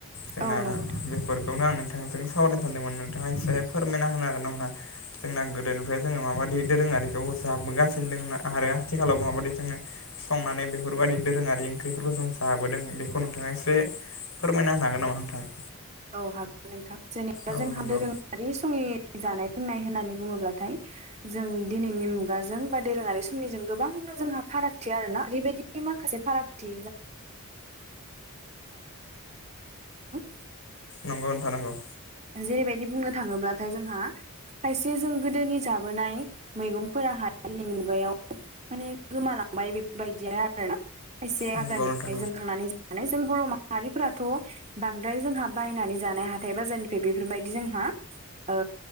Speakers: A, on the left; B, on the right.
A: जोंना
B: औ होनो हागोन नोंथां औ नंगौ नोंथां
A: बेफोरखौनो आं नोंथांजों सावरायनो सानदोंमोन नोंथाङा एसे फोरमायना होनो हागोन ना मोना? जोंना गोदोनिफ्राय जोङो माबायदि दोङारिखौ होसाबबोगासिनो दङ आरो आथिखालाव माबायदि जोङो संनानै बेफोरबायदि दोरोङारि ओंख्रिफोरखौ जों जाबोदों बेखौ नोंथाङा एसे फोरमायना होनो हागोन नामा नोंथां?
B: औ हागौ नोंथां जेनेबा
A: औ
B: जोंहा
A: नंगौ
B: दोरोङारि समनि जानाय लोंनाय होननानै बुङोब्लाथाय जों दिनैनि मुगाजों बा दोरोङारि समनिजों गोबांनो जोंहा फारागथि आरो ना ओरैबायदि माखासे फारागथि <inaudible>
A: नंगौ नोंथां नंगौ।
B: जेरैबायदि बुंनो थाङोब्लाथाय जोंहा खायसे जों गोदोनि जाबोनाय मैगंफोराहाय दिनैनि मुगायाव माने गोमालांबाय बेफोरबायदिया आरो ना खायसे
A: नंगौ नोंथां
B: <inaudible> जों बर' माहारिफोराथ' बांद्राय जोंहा बायनानै जानाय हाथाय बाजारनिफ्राय बेफोरबायदि जोंहा ओ